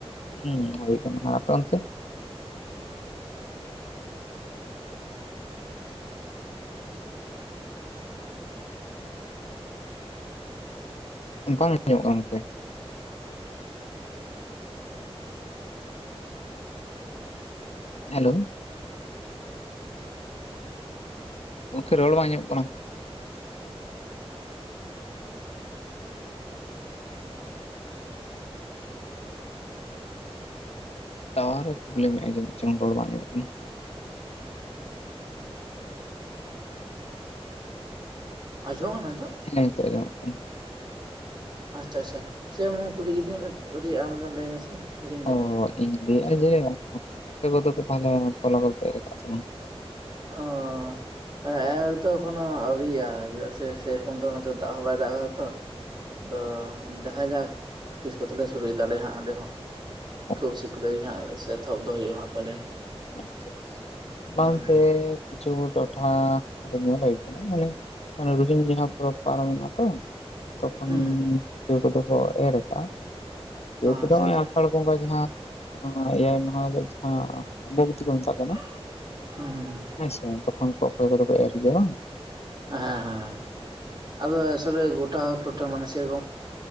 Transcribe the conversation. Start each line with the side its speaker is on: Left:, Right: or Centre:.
Left: ᱦᱩᱸ ᱦᱩᱭ ᱟᱠᱟᱱᱟ ᱟᱯᱮ ᱚᱱᱛᱮ ᱵᱟᱝ ᱟᱡᱚᱢᱚ ᱠᱟᱱᱟ ᱱᱚᱛᱮ ᱦᱮᱞᱳ ᱜᱚᱢᱠᱮ ᱨᱚᱲ ᱵᱟᱝ ᱟᱡᱚᱢᱚ ᱠᱟᱱᱟ ᱴᱟᱣᱟᱨ ᱮ ᱯᱨᱚᱵᱽᱞᱮᱢᱮᱫᱼᱟ ᱡᱟᱱᱤᱪᱚᱝ ᱨᱚᱲ ᱵᱟᱝ ᱧᱟᱢᱚᱜ ᱠᱟᱱᱟ
Right: ᱟᱡᱚᱢᱟ ᱠᱟᱱᱟ ᱱᱤᱛᱳ
Left: ᱦᱮᱸ ᱛᱚ ᱧᱚᱢᱚᱜ ᱠᱟᱱᱟ
Right: ᱟᱪᱪᱷᱟ ᱟᱪᱪᱷᱟ ᱥᱮ ᱠᱩᱞᱤ ᱠᱤᱫᱤᱧᱟ ᱠᱟᱹᱴᱤᱡ ᱟᱢᱫᱚᱢ ᱞᱟᱹᱭ ᱢᱮᱥᱮ ᱦᱤᱲᱤᱧ ᱠᱤᱫᱟᱹᱧ
Left: ᱚ ᱤᱧ ᱞᱟᱹᱭᱼᱟ ᱡᱮ ᱟᱯᱮ ᱠᱚᱫᱚ ᱯᱮ ᱛᱟᱦᱚᱞᱮ ᱛᱚᱞᱟ ᱠᱚᱫᱚᱯᱮ ᱮᱨ ᱠᱟᱜ ᱥᱮ ᱵᱟᱝ
Right: ᱚᱸ ᱮᱨ ᱫᱚ ᱠᱚᱱᱚ ᱟᱣᱨᱤᱜᱼᱟ ᱪᱮᱫᱟᱜ ᱥᱮ ᱥᱮᱨᱚᱠᱚᱢ ᱫᱚ ᱱᱚᱛᱮ ᱫᱟᱜ ᱦᱚᱸ ᱵᱟᱭ ᱫᱟᱜ ᱟᱠᱟᱫᱟ ᱛᱚ ᱛᱚ ᱫᱮᱠᱷᱟᱣ ᱡᱟᱠ ᱛᱤᱥ ᱠᱚᱛᱮᱞᱮ ᱥᱩᱨᱩᱭ ᱫᱟᱞᱮ ᱦᱟᱸᱜ ᱚᱸᱰᱮ ᱦᱚᱸ
Left: ᱚ
Right: ᱠᱷᱩᱵ ᱥᱤᱠᱲᱟᱹᱭ ᱜᱮ ᱦᱟᱸᱜ ᱮᱛᱚᱦᱚᱵ ᱫᱚ ᱦᱩᱭᱩᱜᱼᱟ ᱦᱟᱸᱜ ᱯᱟᱞᱮᱱ
Left: ᱟᱪᱪᱷᱟ
Right: ᱦᱩᱸ
Left: ᱵᱟᱝᱛᱮ ᱠᱤᱪᱷᱩ ᱴᱚᱴᱷᱟ ᱧᱮᱞ ᱦᱩᱭ ᱠᱟᱱᱟ ᱢᱟᱱᱮ ᱢᱟᱱᱮ ᱨᱩᱦᱱᱤ ᱡᱟᱦᱟᱸ ᱯᱚᱨᱚᱵᱽ ᱯᱟᱨᱚᱢᱮᱱᱟ ᱛᱚ ᱛᱚᱠᱷᱚᱱ
Right: ᱦᱩᱸ
Left: ᱠᱮᱣ ᱠᱚᱫᱚ ᱦᱚᱸ ᱮᱨ ᱮᱫᱟ ᱠᱮᱣ ᱠᱚᱫᱚ
Right: ᱟᱪᱪᱷᱟ
Left: ᱱᱚᱜᱚᱭ
Right: ᱟᱪᱪᱷᱟ
Left: ᱟᱥᱟᱲ ᱵᱚᱸᱜᱟ ᱡᱟᱦᱟᱸ ᱮᱭᱟᱭ ᱢᱟᱦᱟ ᱨᱮ ᱡᱟᱦᱟᱸᱵᱛᱤ ᱠᱚ ᱢᱮᱛᱟᱜ ᱠᱚ
Right: ᱦᱩᱸ ᱦᱩᱸ
Left: ᱦᱮᱸᱥᱮ ᱛᱚᱠᱷᱚᱱ ᱠᱚ ᱚᱠᱚᱭ ᱠᱚᱫᱚ ᱠᱚ ᱮᱨ ᱜᱮᱭᱟ ᱵᱟᱝ
Right: ᱦᱮᱸ ᱦᱮᱸ ᱟᱫᱚ ᱟᱥᱚᱞᱮ ᱜᱚᱴᱟ ᱴᱚᱴᱷᱟ ᱢᱟᱱᱮ ᱥᱮᱨᱚᱠᱚᱢ